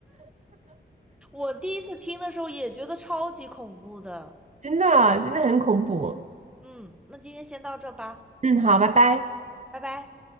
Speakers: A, in the centre; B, on the right (about 40°).
A: 我第一次听的时候也觉得超级恐怖的。
B: 真的真的很恐怖。
A: 嗯，那今天先到这吧，
B: 嗯，好，拜拜。
A: 拜拜。